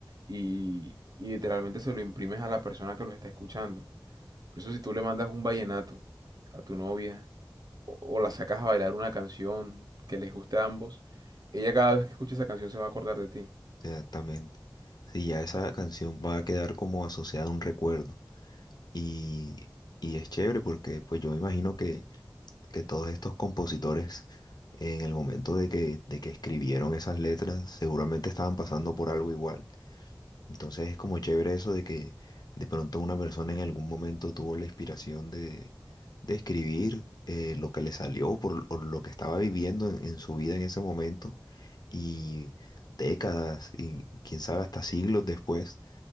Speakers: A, on the right; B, on the left.
A: y, y literalmente se lo imprimes a la persona que lo está escuchando. Por eso si tú le mandas un vallenato a tu novia o, o la sacas a bailar una canción que les guste a ambos, ella cada vez que escuche esa canción se va a acordar de ti.
B: exactamente. Sí, ya esa canción va a quedar como asociada a un recuerdo. Y, y es chévere porque pues yo me imagino que, que todos estos compositores en el momento de que, de que escribieron esas letras seguramente estaban pasando por algo igual. Entonces es como chévere eso de que de pronto una persona en algún momento tuvo la inspiración de, de escribir eh, lo que le salió por, o lo que estaba viviendo en, en su vida en ese momento y décadas y quién sabe hasta siglos después